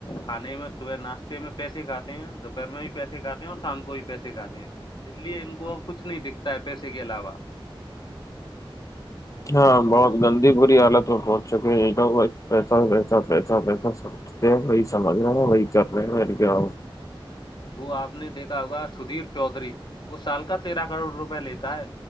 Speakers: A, on the left (about 55°); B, on the left (about 35°).
A: کھانے میں صبح ناشتے میں پیسے کاتے ہیں دوپہر میں بھی پیسے کھاتے ہیں اور شام کو بھی پیسے کھاتے ہیں اس لیے ان کو اب کچھ نہیں دکھتا ہے پیسے کے علاوہ
B: ہاں
A: وہ
B: بہت گندی پورری حالت میں پہنچ چک ہے تو پتاتا پتاتا سب وہی سمج رہ نا وہی کرل رہے ہیں مے کیا
A: وہ آپ نے دیکھا ہوگا سدھیر چودھری وہ سال کا تیرہ کروڑ روپئے لیتا ہے